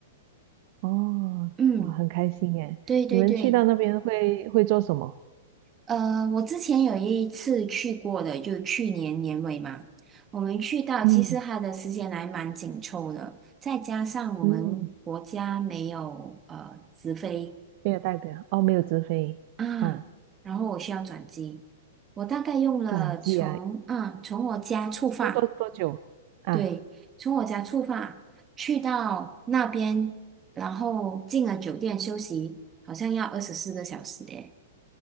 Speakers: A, on the right (about 50°); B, on the right (about 20°).
A: 哦，
B: 嗯，
A: 哇，很开心诶。
B: 对对对，
A: 你们去到那边会会做什么？
B: 呃，我之前有一次去过的，就去年年尾嘛，我们去到其实它的时间还蛮紧凑的，
A: 嗯
B: 再加上我们国家没有呃直飞。
A: 嗯，没有代表哦，没有直飞啊，
B: 啊，然后我需要转机，我大概用了从啊从我家出发，
A: 转机啊，要多多久啊？
B: 对，从我家出发去到那边，然后进了酒店休息，好像要二十四个小时诶，